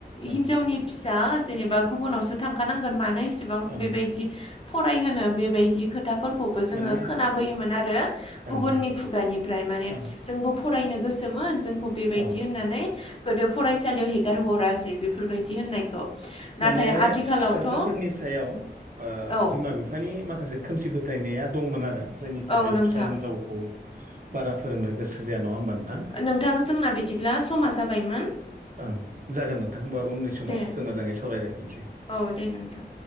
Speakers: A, on the right; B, on the left.
A: ओं
B: हिनजावनि फिसा जेनेबा गुबुनावसो थांखानांगोन मा मानो इसेबां
A: ओं
B: बेबायदि फरायहोनो बेबायदि खोथाफोर खौबो जोङो
A: माने
B: खोनाबोयोमोन आरो
A: ओं
B: गुबुननि खुगानिफ्राय माने
A: औ
B: जोंबो फरायनो गोसोमोन जोंखौ बेबायदि
A: औ
B: होननानै गोदो फरायसालियाव हेगारहरासै बेफोरबायदि होननायखौ नाथाय
A: माने
B: आथिखालावथ'
A: फिसाजोफोरनि सायाव ओ
B: औ
A: बिमा बिफानि माखासे खोमसि फोथायनाया दंमोन आरो जायनि थाखाय
B: औ नोंथां
A: फिसा हिनजावखौ बारा फोरोंनो गोसो जाया नङा होमबानो
B: नोंथां जोंना बिदिब्ला समा जाबायमोन
A: ओं जागोन नोंथां होमबा उननि समाव
B: दे
A: जों मोजाङै सावरायलायफिननोसै
B: औ दे नोंथां